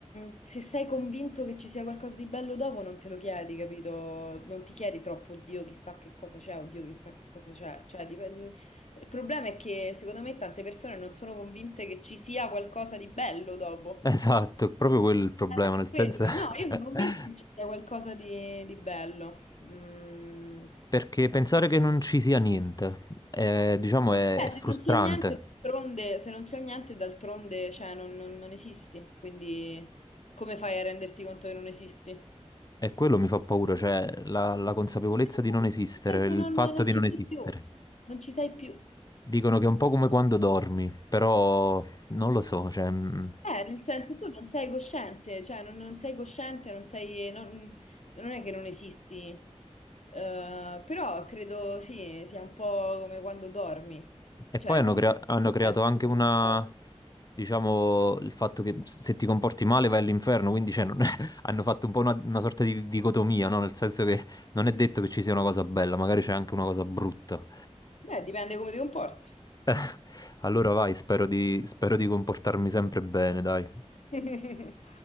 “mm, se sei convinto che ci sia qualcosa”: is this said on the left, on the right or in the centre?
Left